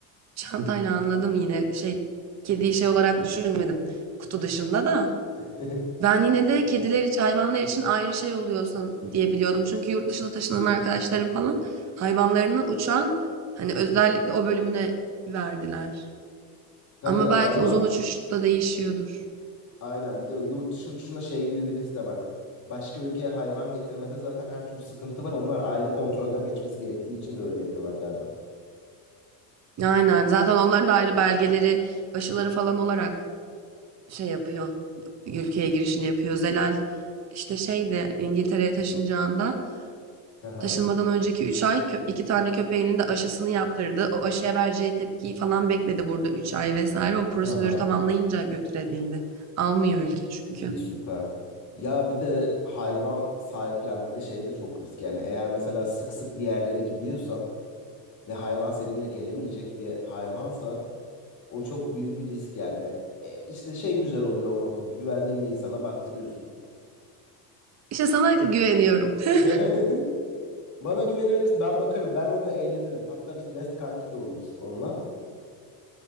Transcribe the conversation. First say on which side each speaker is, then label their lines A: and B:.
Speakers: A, on the right; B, on the left.
A: çantayla anladım yine şey kediyi şey olarak düşünmedim kutu dışında da.
B: <laughs>
A: Ben yine de kediler için hayvanlar için ayrı şey oluyorsa diye biliyordum. Çünkü yurt dışına taşınan arkadaşlarım falan hayvanlarını uçan hani özellikle o bölümüne verdiler.
B: Tabii
A: Ama
B: ama
A: belki uzun uçuşta değişiyordur.
B: Aynen bir de yurt dışı uçuşunda şey gibi bir risk de var. Başka ülkeye hayvan getirmede zaten her türlü sıkıntı var. Onlar ayrı kontrolden geçmesi gerektiği için de öyle yapıyorlar galiba.
A: Aynen zaten onların da ayrı belgeleri aşıları falan olarak şey yapıyor. Ülkeye girişini yapıyor. Zelal işte şey de İngiltere'ye taşınacağında
B: Aha,
A: taşınmadan önceki üç ay kö- iki tane köpeğinin de aşısını yaptırdı. O aşıya vereceği tepkiyi falan bekledi burada 3 ay vesaire. O prosedürü
B: aha.
A: tamamlayınca götürebildi. Almıyor ülke
B: İyi,
A: çünkü.
B: iyi, süper. Ya bir de hayvan sahiplenmede şey de çok risk. Yani eğer mesela sık sık bir yerlere gidiyorsan ve hayvan seninle gelemeyecek bir hayvansa o çok büyük bir risk yani. E, işte şey güzel oluyor o noktada güvendiğin bir insana baktırıyorsun.
A: İşte sana güveniyorum. <laughs>
B: <laughs> Bana güvenebilirsin. Ben bakarım. Ben onunla eğlenirim. Hatta biz best kanki de oluruz onunla.